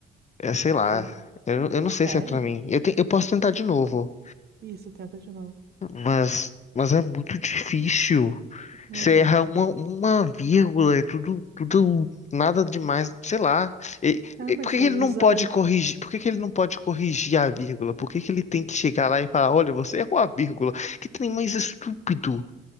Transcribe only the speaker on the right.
O
quê?
Sério?
Isso, tenta de novo.
Não
é,
não
fala.
Tá,
mas
daí
usa.